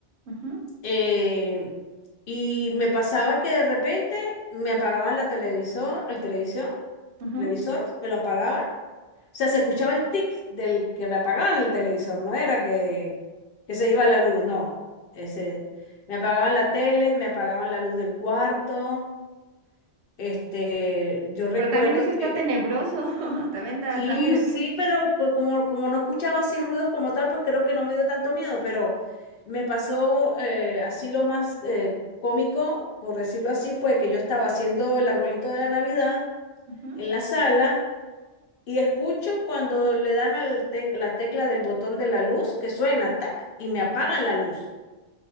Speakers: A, on the right; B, on the left.
A: Ujú,
B: eh, y me pasaba que de repente me apagaban la televisor, el televisor,
A: ujú.
B: televisor, me lo apagaban. O sea, se escuchaba el tic del que me apagaban el televisor, no era que, que se iba la luz, no. Ese, me apagaban la tele, me apagaban la luz del cuarto. Este, yo recuerdo
A: Pero también eso está
B: que
A: tenebroso, <laughs> también da,
B: sí,
A: también da
B: sí,
A: miedo.
B: pero co- como, como no escuchaba así ruidos como tal, pues creo que no me dio tanto miedo, pero me pasó eh, así lo más eh, cómico, por decirlo así, fue que yo estaba haciendo el arbolito de la Navidad
A: Ujú.
B: en la sala y escucho cuando le dan al tec- la tecla del botón de la luz que suena, tac, y me apagan la luz.